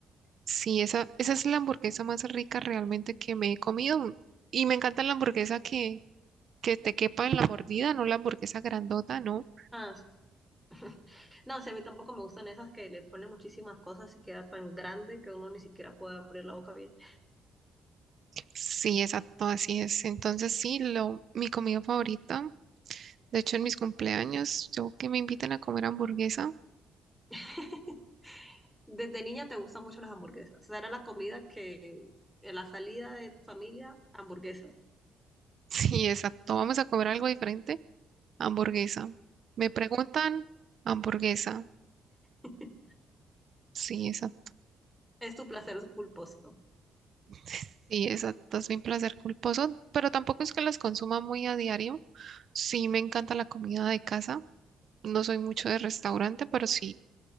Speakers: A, on the right; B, in the centre.
A: Sí, esa, esa es la hamburguesa más rica realmente que me he comido. Y me encanta la hamburguesa que, que te quepa en la mordida, no la hamburguesa grandota, ¿no?
B: Ah, s- <laughs> no, sí, a mí tampoco me gustan esas que le ponen muchísimas cosas y queda tan grande que uno ni siquiera puede abrir la boca bien.
A: Sí, exacto, así es. Entonces sí, lo, mi comida favorita. De hecho, en mis cumpleaños, yo que me invitan a comer hamburguesa. <laughs>
B: <laughs> Desde niña te gustan mucho las hamburguesas. O sea, era la comida que, en la salida de tu familia, hamburguesas.
A: Sí, exacto. Vamos a comer algo diferente. Hamburguesa. Me preguntan, hamburguesa.
B: <laughs>
A: Sí, esa,
B: Es tu placer culposo.
A: <laughs> sí, esa es mi placer culposo, pero tampoco es que las consuma muy a diario. Sí, me encanta la comida de casa. No soy mucho de restaurante, pero sí,